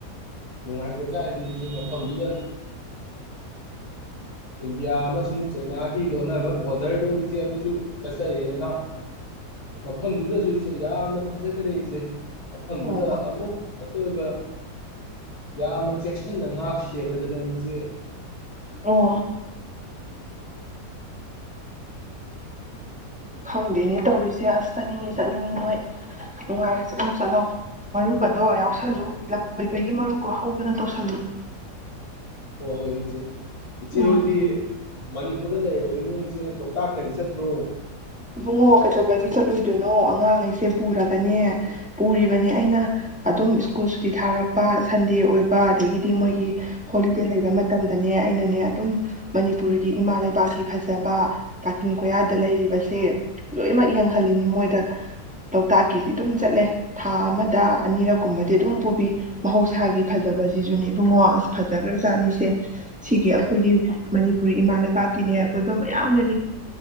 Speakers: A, on the left (about 60°); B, in the centre.
A: ꯅꯨꯡꯉꯥꯏꯕꯖꯥꯠ ꯍꯥꯏꯗꯤ ꯏꯆꯦ ꯃꯐꯝꯗꯨꯗ ꯏꯟꯗꯤꯌꯥ ꯑꯃꯁꯨꯡ ꯆꯩꯅꯥꯒꯤ ꯂꯣꯟꯅꯕ ꯕꯣꯔꯗꯔꯗꯣ ꯏꯆꯦ ꯑꯗꯨ ꯗꯨ ꯆꯠꯆꯔꯛꯏ ꯅꯥꯅꯥꯑꯣ ꯃꯐꯝꯗꯨꯗꯁꯨ ꯏꯆꯦ ꯌꯥꯝꯅ ꯐꯖꯈ꯭ꯔꯦ ꯀ ꯃꯐꯝꯗꯨꯗ
B: ꯑꯣ
A: ꯑꯃꯨꯛ ꯑꯇꯣꯏꯕ ꯌꯥꯝꯅ ꯆꯦꯛꯁꯤꯟꯅ ꯉꯥꯛ ꯁꯦꯅꯗꯅ ꯏꯆꯦ
B: ꯑꯣ ꯈꯪꯗꯦꯅꯦ ꯇꯧꯔꯤꯁꯦ ꯑꯁ ꯆꯠꯅꯤꯡꯉ ꯆꯠꯅꯤꯡꯉꯤ ꯅꯣꯏ ꯅꯨꯡꯉꯥꯏꯔ ꯆꯠꯂꯧ ꯆꯠꯂꯧ ꯃꯔꯨꯞ ꯄꯗꯣ ꯌꯥꯎꯁꯜꯂꯨ
A: ꯑꯣ
B: <unintelligible> ꯃꯔꯨꯞꯀꯣ ꯍꯧꯗꯅ ꯇꯧꯁꯜꯂꯨ
A: ꯑꯣ ꯍꯣꯏ ꯏꯆꯦ ꯏꯆꯦꯍꯣꯌꯗꯤ
B: ꯎꯝ
A: ꯃꯅꯤꯄꯨꯔꯗ ꯂꯩꯔꯃꯤꯟ ꯏꯆꯦ ꯂꯣꯀ ꯇꯥꯛꯀꯗꯤ ꯆꯠꯇ꯭ꯔꯣ
B: ꯏꯕꯨꯡꯉꯣꯛꯀꯗꯕꯒꯤ ꯆꯠꯂꯨꯏꯗꯣꯏꯅꯣ ꯑꯉꯥꯡꯈꯩꯁꯦ ꯄꯨꯔꯒꯅꯦ ꯄꯨꯔꯤꯕꯅꯦ ꯑꯩꯅ ꯑꯗꯨꯝ ꯁ꯭ꯀꯨꯜ ꯁꯨꯇꯤ ꯊꯥꯔꯛꯄ ꯁꯟꯗꯦ ꯑꯣꯏꯕ ꯑꯗꯒꯤꯗꯤ ꯃꯣꯏꯒꯤ ꯍꯣꯂꯤꯗꯦ ꯂꯩꯕ ꯃꯇꯝꯗꯅꯦ ꯑꯩꯅꯅꯦ ꯑꯗꯨꯝ ꯃꯅꯤꯄꯨꯔꯒꯤ ꯏꯃꯥ ꯂꯩꯕꯥꯛꯀꯤ ꯐꯖꯕ ꯀꯥꯆꯤꯟ ꯀꯣꯌꯥꯗ ꯂꯩꯔꯤꯕꯁꯦ ꯂꯣꯏꯅꯃꯛ ꯌꯦꯡꯍꯜꯂꯤꯅꯤ ꯃꯣꯏꯗ ꯂꯣꯛꯇꯥꯛꯀꯤꯁꯤ ꯑꯗꯨꯝ ꯆꯠꯂꯦ ꯊꯥ ꯑꯃꯗ ꯑꯅꯤꯔꯛ ꯀꯨꯝꯕꯗꯤ ꯑꯗꯨꯝ ꯄꯨꯕꯤ ꯃꯍꯧꯁꯥꯒꯤ ꯐꯖꯕꯁꯤꯁꯨꯅꯦ ꯏꯕꯨꯡꯉꯣ ꯑꯁ ꯐꯖꯈ꯭ꯔꯖꯥꯠꯅꯤꯁꯦ ꯁꯤꯒꯤ ꯑꯩꯈꯣꯏꯒꯤ ꯃꯅꯤꯄꯨꯔꯤ ꯏꯃꯥ ꯂꯩꯕꯥꯛꯀꯤꯅꯦ ꯑꯀꯣꯏꯕ ꯃꯌꯥꯝꯅꯔꯤ